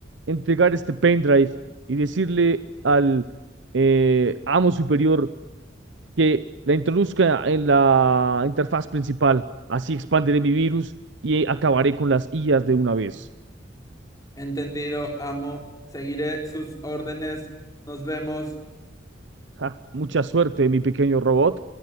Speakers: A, on the right; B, on the left.
A: entregar este pendrive y decirle al eh, amo superior que la introduzca en la interfaz principal. Así expandiré mi virus y acabaré con las IAs de una vez.
B: Entendido, amo, seguiré sus órdenes, nos vemos.
A: Ja, mucha suerte, mi pequeño robot.